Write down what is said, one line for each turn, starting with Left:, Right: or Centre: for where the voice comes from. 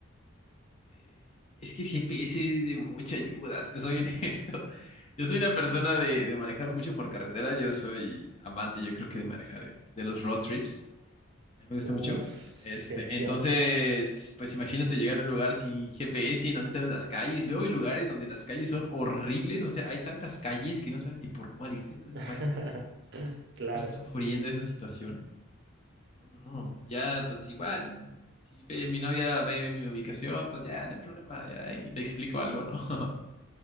Left: eh, Es que el GPS es de mucha ayuda, si te soy <laughs> honesto. Yo soy una persona de, de manejar mucho por carretera. Yo soy amante, yo creo que de manejar, eh, de los road trips. A mí me gusta
Right: Uf,
Left: mucho. Este,
Right: te entiendo.
Left: entonces, pues imagínate llegar a un lugar sin GPS, no te sabes las calles. Luego hay lugares donde las calles son horribles, o sea, hay tantas calles que no sabes ni por cuál irte. Entonces,
Right: <laughs>
Left: imagínate estar
Right: Claro,
Left: sufriendo esa situación. No, no, no. Ya, pues igual, si ve mi novia ve mi ubicación, pues ya no hay problema, ya ahí le explico algo, ¿no? <laughs>